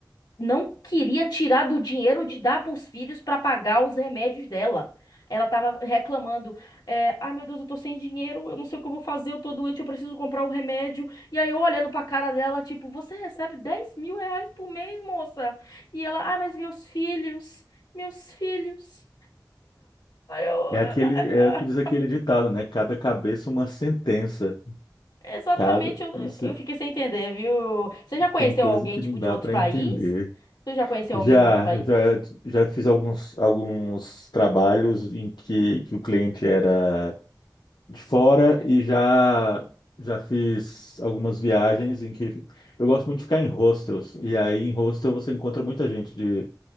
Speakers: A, on the left (about 65°); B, on the left (about 80°).
A: não queria tirar do dinheiro de dar para os filhos para pagar os remédios dela. Ela tava reclamando, é, ai meu Deus, eu tô sem dinheiro, eu não sei o que eu vou fazer, eu tô doente, eu preciso comprar o remédio. E aí eu olhando pra cara dela, tipo, você recebe 10 mil reais por mês, moça? E ela, ai, mas meus filhos, meus filhos. Aí eu,
B: É
A: ah,
B: aquele, é
A: ah,
B: o que diz aquele
A: ah,
B: ditado, né? Cada cabeça uma sentença.
A: exatamente,
B: Cada
A: eu,
B: se-
A: eu fiquei sem entender, viu? Você já conheceu
B: tem coisa
A: alguém,
B: que não
A: tipo,
B: dá
A: de outro
B: para
A: país?
B: entender.
A: Tu já conheceu
B: Já,
A: alguém de outro país?
B: já, já fiz alguns, alguns trabalhos em que, que o cliente era de fora e já, já fiz algumas viagens em que eu gosto muito de ficar em hostels. E aí em hostel você encontra muita gente de,